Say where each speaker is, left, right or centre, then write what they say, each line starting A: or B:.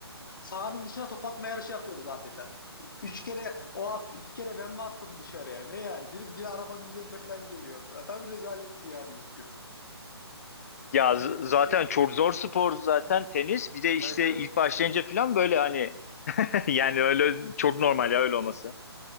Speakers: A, on the left; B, on the left.
A: Sahanın dışına top atma yarışı yapıyoruz adeta. Üç kere o attı, iki kere ben mi attım dışarıya? Ne yani? Bir bir arabanın üzerine falan geliyordu. Ya, tabii rezaletti yani ilk gün.
B: Ya
A: Yani
B: z- zaten
A: şey,
B: çok zor spor zaten tenis. Bir de işte
A: evet evet.
B: ilk başlayınca falan böyle hani <laughs> yani öyle çok normal ya öyle olması.